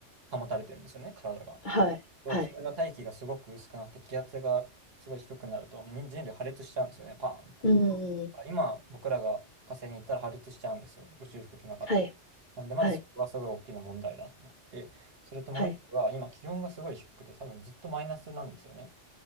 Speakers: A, on the right; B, on the left.
A: 保たれてるんですよね、体が。
B: はい。
A: そうそれが大気がすごく薄くなって、
B: はい。
A: 気圧がすごい低くなると、人人類破裂しちゃうんですよね、パーンって。
B: うん。
A: 今、僕らが火星に行ったら破裂しちゃうんですよ。宇宙服着なかったら。
B: はい。
A: なんで、まずそこがすごい大きな問題だってなって、
B: はい。
A: それともう一個が、
B: はい。
A: 今気温がすごい低くて、多分ずっとマイナスなんですよね。